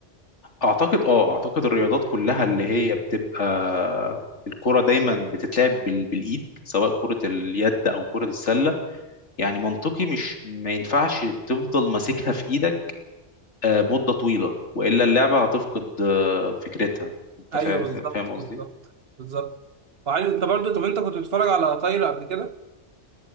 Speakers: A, on the left; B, on the right.
A: اعتقد اه اعتقد الرياضات كلها اللي هي بتبقى الكرة دايما بتتلعب بال- بالايد سواء كرة اليد او كرة السلة يعني منطقي مش ما ينفعش تفضل ماسكها في ايدك آه، مدة طويلة والا اللعبة هتفقد آه، فكرتها انت
B: أيوه
A: فاهم
B: بالظبط
A: فاهم قصدي
B: بالظبط بالظبط وعلي أنت برضه طب أنت كنت بتتفرج على طايرة قبل كده؟